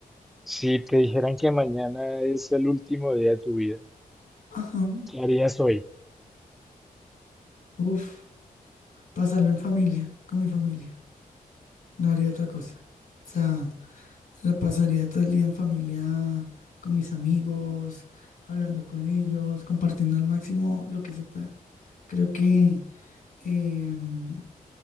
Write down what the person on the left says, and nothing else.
Ajá.
Uf, pasarlo en familia, con mi familia. No haría otra cosa. O sea, la pasaría todo el día en familia, con mis amigos, hablando con ellos, compartiendo al máximo lo que se pueda. Creo que em,